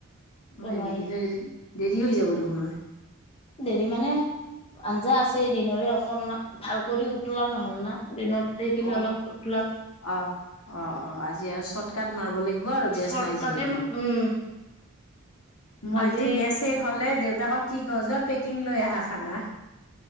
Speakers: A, on the left (about 25°); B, on the left (about 80°).
A: বনোৱাই
B: হয় নেকি
A: নাই
B: দেৰি দেৰি হৈ যাব দেখোন।
A: দেৰি মানে আঞ্জা আছেই দিনৰে অকনমান ভাল কৰি উতলা নহ'ল না দিনত। <unintelligible> খিনি
B: অ
A: অলপ <unintelligible>
B: অ অ অ আজি আৰু চৰ্ট কাট মাৰব লাগিব আৰু গেছ
A: চৰ্টকাটে
B: নাই যিহেতু।
A: উম
B: মইতো
A: আজি
B: গেছ শেষ হ'লে দেউতাকক কি কওঁ যোৱা পেকিং লৈ আহা খানা।